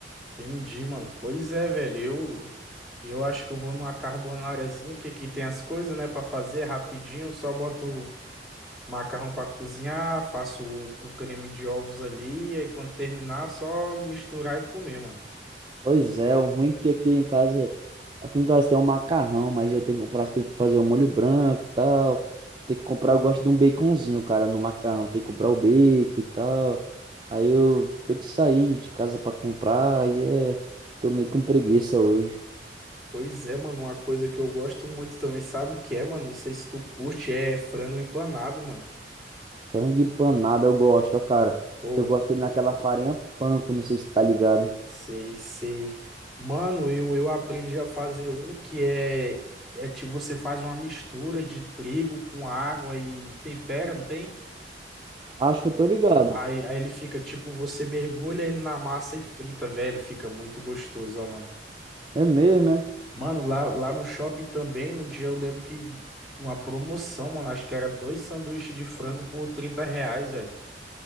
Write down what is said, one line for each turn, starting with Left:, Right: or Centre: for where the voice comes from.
Centre: Entendi, mano. Pois é, velho. Eu, eu acho que eu vou numa carbonarazinha que aqui tem as coisas, né, pra fazer rapidinho. Eu só boto macarrão pra cozinhar, faço o, o creme de ovos ali, e aí quando terminar, só misturar e comer, mano.
Right: Pois é, o ruim é que aqui em casa, aqui em casa tem um macarrão, mas eu tenho que comprar as coisas pra fazer o molho branco e tal. Tem que comprar, eu gosto de um baconzinho, cara, no macarrão. Tem que comprar o bacon e tal. Aí eu tenho que sair de casa pra comprar, aí é, tô meio com preguiça hoje.
Centre: Pois é, mano, uma coisa que eu gosto muito também, sabe o que é, mano? Não sei se tu curte, é frango empanado, mano.
Right: Frango empanado eu gosto, ó, cara.
Centre: Pô,
Right: Eu gosto dele naquela farinha panko, não sei se tá ligado.
Centre: sei, sei. Mano, eu, eu aprendi a fazer um que é, é tipo, você faz uma mistura de trigo com água e tempera, não tem?
Right: Acho que eu tô ligado.
Centre: Aí, aí ele fica, tipo, você mergulha ele na massa e frita, velho. Fica muito gostoso, ó, mano.
Right: É mesmo, é?
Centre: Mano, lá, lá no shopping também, um dia eu lembro que uma promoção, mano, acho que era dois sanduíches de frango por 30 reais, velho.